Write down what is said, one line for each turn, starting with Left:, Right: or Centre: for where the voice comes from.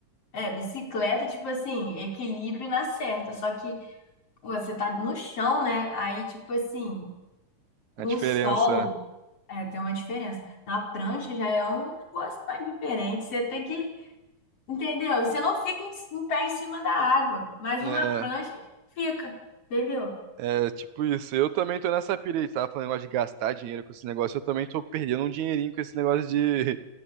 Left: É, bicicleta, tipo assim, equilíbrio na certa, só que pô, você tá no chão, né? Aí, tipo assim,
Right: a
Left: no
Right: diferença,
Left: solo, é, tem uma diferença. Na prancha já é um negócio mais diferente, você tem que, entendeu? Você não fica em, em pé em cima da água, mas
Right: né?
Left: uma prancha fica, entendeu?
Right: É, é tipo isso. Eu também tô nessa pira aí, tava falando negócio de gastar dinheiro com esse negócio, eu também tô perdendo um dinheirinho com esse negócio de